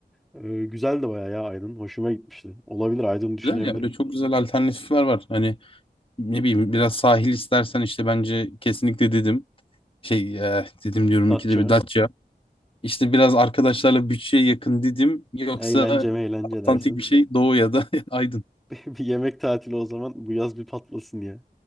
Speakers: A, in the centre; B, on the left.
A: Ee, güzel de bayağı ya Aydın. Hoşuma gitmişti. Olabilir Aydın düşünebilirim.
B: Güzel ya öyle çok güzel alternatifler var. Hani ne bileyim biraz sahil istersen işte bence kesinlikle dedim. Şey e, dedim diyorum
A: Datça.
B: ikide bir Datça. İşte biraz arkadaşlarla bütçeye yakın dedim. Yoksa
A: Eğlence mi eğlence
B: otantik
A: dersin.
B: bir şey Doğu ya da <laughs> Aydın.
A: <laughs> Bir yemek tatili o zaman bu yaz bir patlasın